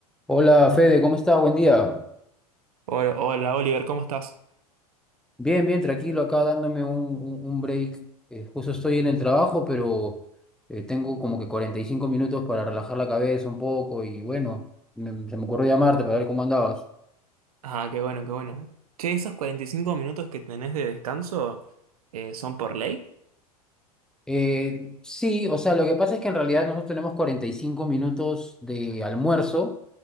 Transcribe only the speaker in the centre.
Hola Fede, ¿cómo estás? Buen día.
Bien, bien, tranquilo, acá dándome un, un- un break. Eh, justo estoy en el trabajo, pero eh, tengo como que 45 minutos para relajar la cabeza un poco y bueno, me- se me ocurrió llamarte para ver cómo andabas.
Eh, sí, o sea, lo que pasa es que en realidad nosotros tenemos 45 minutos de almuerzo